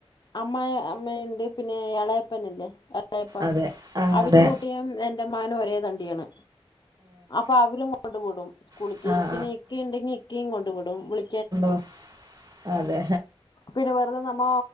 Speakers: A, on the left (about 45°); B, on the right (about 40°).
A: അമ്മയമ്മയ്ണ്ട് പിന്നെ എളയപ്പൻ ഇല്ലേ എളയപ്പാ
B: അതെ ആഹ്
A: അതിൻ്റെ
B: അതെ
A: കുട്ടീം എന്റെ മകനും ഒരേ തണ്ടിയാണ്. അപ്പൊ അവരും കൊണ്ട് വിടും സ്കൂളിക്ക്
B: ആഹ്
A: പിന്നെ ഇക്കേണ്ടെങ്കി ഇക്കിം കൊണ്ട് വിടും വിളി
B: ഓ അതെ
A: പിന്നെ വെറുതെ നമ്മ